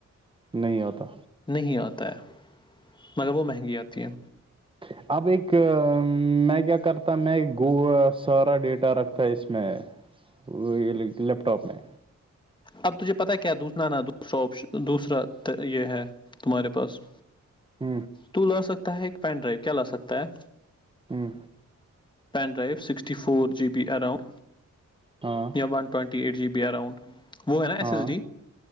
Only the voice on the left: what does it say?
نہیں آتا ہے مگر وہ مہنگی آتی ہے
اب تجھے پتا کیا دوسنا نا دوسرا آپشن دوسرا یہ ہے تمہارے پاس
تو لا سکتا ہے ایک پین ڈرائیو کیا لا سکتا ہے
pen drive sixty four G B around
یہ one twenty eight G B around وہ ہے نا ایس
ایس ڈی